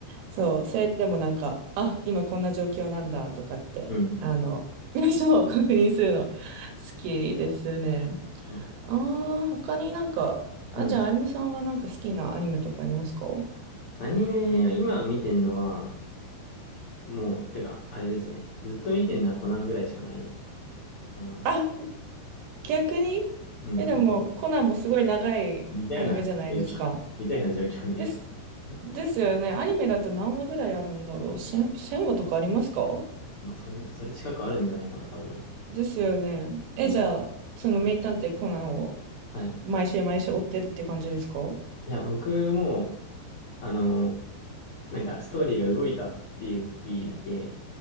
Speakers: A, on the right; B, on the left.
A: そう、それでもなんか、あ、今こんな状況なんだとかって、
B: うん。
A: あの、<laughs> そう、確認するの好きですね。
B: の
A: ああ、他になんか、あ、
B: うん。
A: じゃあ、あゆむさんはなんか好きなアニメとかありますか
B: アニメは今見てんのは、もう、てか、あれですね。ずっと見てんのはコナンぐらいしかないかな。
A: あ、逆にえ、
B: うん。
A: でも、
B: でも、
A: コナンもすごい長いアニメじゃないですか。
B: 似たような状況、<laughs> 似たような状況ね。
A: です、
B: うん。
A: ですよね。アニメだと何話ぐらいあるんだろう。1000、話とかありますか
B: まあ、そん、それ近くあるんじゃないかな、多分。
A: ですよね。え、
B: うん。
A: じゃあ、その名探偵コナンを
B: はい。
A: 毎週毎週追ってるって感じですか
B: いや、僕も、あの、なんか、ストーリーが動いたっていう時だけ、